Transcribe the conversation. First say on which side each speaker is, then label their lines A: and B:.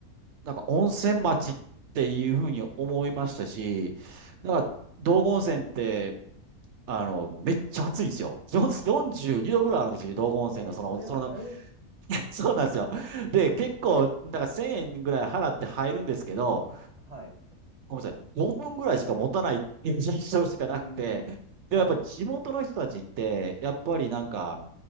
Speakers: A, on the right; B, on the right.
A: なんか温泉町っていうふうに思いましたし、
B: はい。
A: なんか道後温泉って、あの、めっちゃ暑いんですよ。4 42度ぐらいあるんですよ、道後温泉のその、
B: え、それは入れ、
A: その、<laughs> そうなんですよ。で、結構、なんか1000円ぐらい払って入るんですけど、
B: はい、
A: ごめんなさい、5分ぐらいしか持たないっていう印象しかなくて、
B: うーん、
A: でもやっぱ地元の人たちって、
B: はい、
A: やっぱりなんか、